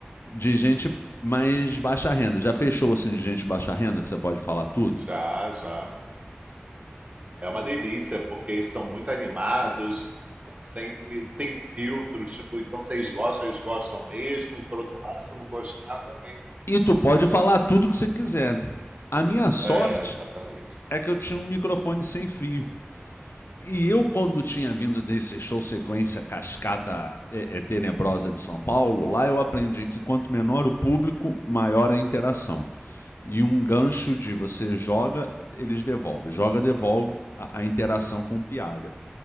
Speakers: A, on the left; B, on the right.
A: de gente mais baixa renda. Já fez show assim de gente baixa renda que você pode falar tudo?
B: Já, já. É uma delícia, porque eles são muito animados, estão sempre, não tem filtros, tipo, então se eles gostam, eles gostam mesmo, e por outro lado, se não gostar também.
A: E tu pode falar tudo que você quiser. A minha sorte
B: É, exatamente.
A: é que eu tinha um microfone sem fio. E eu, quando tinha vindo desse show sequência cascata é, é, tenebrosa de São Paulo, lá eu aprendi que quanto menor o público, maior a interação. E um gancho de você joga, eles devolvem. Joga, devolve a, a interação com piada.